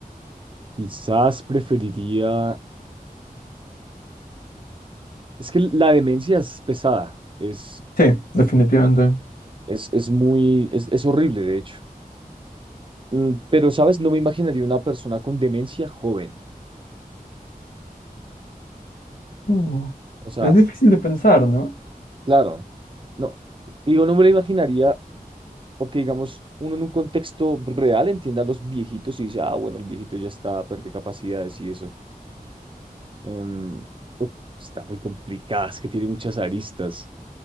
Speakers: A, on the right; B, on the left.
A: Quizás preferiría... Es que la demencia es pesada, es,
B: Sí, definitivamente.
A: es, es muy... Es, es horrible, de hecho. Mm, pero, ¿sabes? No me imaginaría una persona con demencia joven.
B: Uh,
A: O sea,
B: es difícil de pensar, ¿no?
A: claro, no. Digo, no me lo imaginaría porque, digamos, uno en un contexto real entiende a los viejitos y dice, ah, bueno, el viejito ya está, perdió capacidades y eso. Em, uf, está muy complicada, es que tiene muchas aristas.